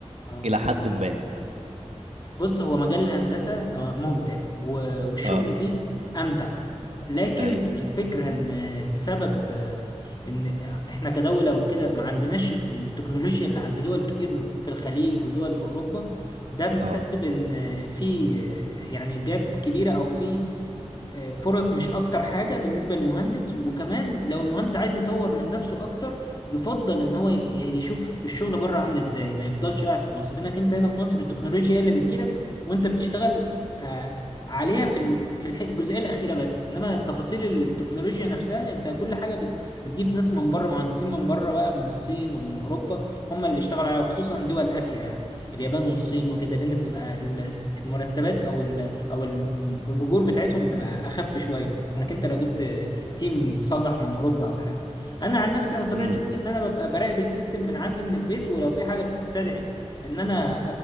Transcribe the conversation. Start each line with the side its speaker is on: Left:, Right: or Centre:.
Left: اه
Right: الى حد ما
Left: بص هو مجال الهندسة آه، ممتع و-
Right: <laughs>
Left: والشغل
Right: اه
Left: فيه أمتع لكن
Right: ايوه
Left: الفكرة إن بسبب آه، إن إحنا كدولة وكده ما عندناش التكنولوجيا اللي عند دول كتير في الخليج ودول في أوروبا ده مسبب
Right: اه
Left: إن في آه، يعني جاب كبيرة أو في فرص مش اكتر حاجة بالنسبة للمهندس وكمان لو المهندس عايز يطور من نفسه اكتر يفضل ان هو ي- يشوف الشغل بره عامل ازاي ما يفضلش قاعد في مصر لانك انت هنا في مصر التكنولوجيا هي اللي بتجيلك وانت بتشتغل آه، عليها في ال- في الح- الجزئية الأخيرة بس إنما تفاصيل التكنولوجيا نفسها أنت كل حاجة بت- بتجيب ناس من بره مهندسين من بره بقى من الصين ومن أوروبا هم اللي اشتغلوا عليها خصوصا دول آسيا يعني اليابان والصين وكده لأن بتبقى ال- المرتبات أو او ال- الاجور بتاعتهم تبقى اخف شويه انك انت لو جبت تيم مصلح من اوروبا او حاجه انا عن نفسي انا طبيعه
Right: امم
Left: شغلي ان انا ببقى براقب السيستم من عندي من البيت ولو في حاجه بتستدعي ان انا